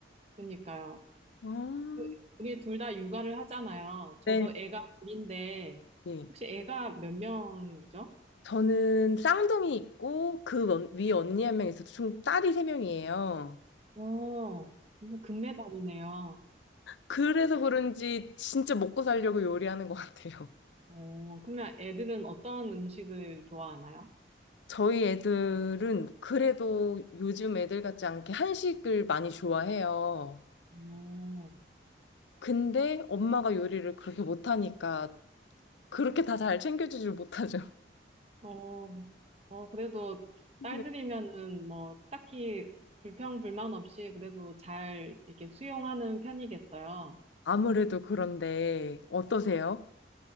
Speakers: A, on the right (about 35°); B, on the left (about 75°).
A: 그니까요.
B: 아,
A: 그 우리 둘 다 육아를 하잖아요. 저도
B: 네.
A: 애가 둘인데
B: 예.
A: 혹시 애가 몇 명이죠?
B: 저는 쌍둥이 있고, 그 위에 언니 한 명 있어서 총 딸이 세 명이에요.
A: 어, 완전 금메달이네요.
B: 그래서 그런지 진짜 먹고 살려고 요리하는 것 같아요.
A: 어, 그러면 애들은 어떤 음식을 좋아하나요?
B: 저희 애들은 그래도 요즘 애들 같지 않게 한식을 많이 좋아해요.
A: 어.
B: 근데 엄마가 요리를 그렇게 못하니까 그렇게 다 잘 챙겨주질 못하죠.
A: 어, 어, 그래도
B: 네.
A: 딸들이면은 뭐 딱히 불평, 불만 없이 그래도 잘 이렇게 수용하는 편이겠어요.
B: 아무래도 그런데 어떠세요?